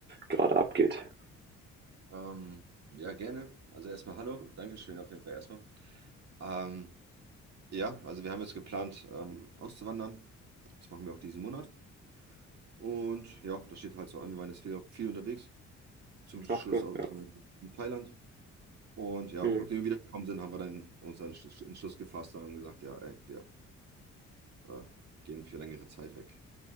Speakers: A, on the right (about 35°); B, on the right (about 60°).
A: gerade abgeht.
B: Ähm, ja, gerne. Also erstmal hallo. Dankeschön auf jeden Fall erstmal. Ähm, ja, also wir haben jetzt geplant, ähm, auszuwandern. Das machen wir auch diesen Monat. Und ja, das steht halt so an. Wir waren jetzt viel, viel unterwegs. Zum Schluss
A: Ach cool,
B: auch
A: ja.
B: in Thailand. Und ja,
A: Mhm.
B: nachdem wir wiedergekommen sind, haben wir dann uns einen Schluss, Entschluss gefasst und haben gesagt, ja, ey, wir äh, gehen für längere Zeit weg.